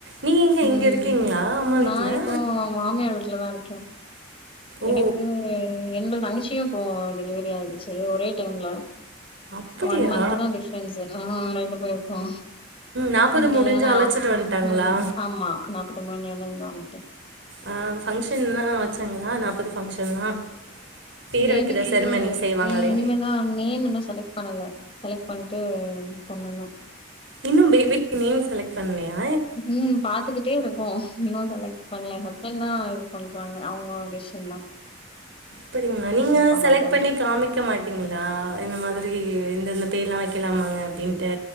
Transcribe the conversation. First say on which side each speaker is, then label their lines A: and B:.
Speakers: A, on the right; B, on the left.
A: நீங்க எங்க
B: ம்.
A: இங்கே இருக்கீங்களா அம்மா வீட்டிலா
B: நான் இப்போ மாமியார் வீட்டுல தா இருக்கே
A: ஓ
B: எனக்கு ரெண்டு தங்கச்சியு இப்ப டெலிவரி ஆயிடுச்சு ஒரே டைம்ல
A: அப்படியா
B: ஒன் மந்த் தா டிப்ரென்ஸ் ஆஹ் ரெண்டு பேருக்கு
A: நாப்பது
B: ம் <unintelligible>
A: முடிஞ்சு அழைச்சிட்டு வந்ட்டாங்களா
B: ம் ஆமா நாற்பத்தி மூணு நேரஇங்க வந்துட்டே
A: ஆ ஃபங்க்ஷன்லா வச்சாங்களா நாப்பது ஃபங்க்ஷன்லா பேர்
B: பேபிக்கு
A: வைக்கிற செரமனி செய்வாங்களே
B: இனிமேதா நேம் இன்னோ செலக்ட் பண்ணல செலக்ட் பண்ட்டு பண்ணணு
A: இன்னு பேபி நேம் செலக்ட் பண்ணலயா
B: ம் பாத்துக்கிட்டே இருக்கோ இன்னு செலக்ட் பண்ல எ ஹஸ் பண்த இது பண்றாங்க அவுங்க டிசிஷன் தா
A: அப்டிங்களா நீங்க
B: பண்ணட்டுன்ட்டு
A: செலக்ட் பண்ணி காமிக்க மாட் டிங்களா இந்த மாதிரி இந்தந்தபேர்ல்லா வைக்கலாமாங்க அப்டின்ட்டு